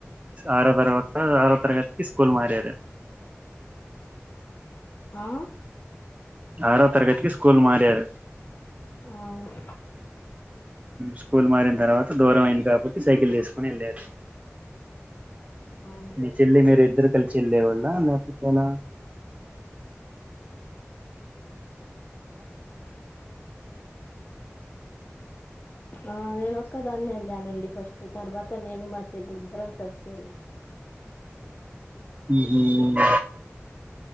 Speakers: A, on the right (about 25°); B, on the left (about 40°).
A: ఆరో తర్వాత ఆరో తరగతికి స్కూల్ మారరు.
B: ఆ.
A: ఆరో తరగతికి స్కూ కోల్ మారారు.
B: అవును
A: స్కూల్ మారిన తర్వాత దూరం అయింది కావచ్చు సైకిల్ తీసుకొని వెళ్ళారు.
B: అవును
A: మీ చెల్లి మీరు ఇద్దరు కలిసి ఎళ్ళలే వాళ్ళ లేపోతే ఎలా.
B: ఆ నేను ఒక్కదాన్ని వెళ్ళానండి ఫస్ట్ తర్వాత నేను మా చెల్లి ఇద్దరం కలిసి వెళ్ళా.
A: హ్మ్.